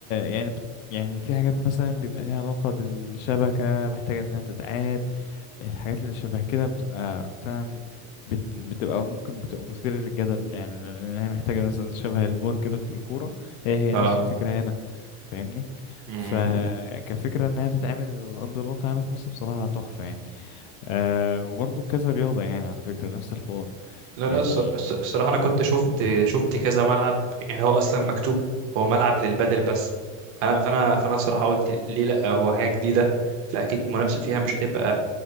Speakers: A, on the left (about 75°); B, on the right (about 35°).
A: يعني بت- يعني في حاجات مثلا بيبقى ليها علاقة بالشبكة محتاجة انها تتعاد الحاجات اللي شبه كده بتبقى فعلا بت بتبقى ممكن بتبقى مثيرة للجدل يعني لأن هي محتاجة مثلا شبه الفار كده في الكورة هي هي
B: اه
A: نفس الفكرة هنا فاهمني
B: مم.
A: فكفكرة إن هي تتعمل على أرض الواقع هنا في مصر بصراحة تحفة يعني أه وبرضه كذا رياضة يعني على فكرة نفس الحوار
B: لا لا
A: يعني
B: الصر- الص- الصراحة أنا كنت شفت شفت كذا ملعب يعني هو أصلا مكتوب هو ملعب للبادل بس فأنا
A: مم.
B: فأنا فأنا الصراحة قلت ليه لأ هو حاجة جديدة فأكيد المنافسة فيها مش هتبقى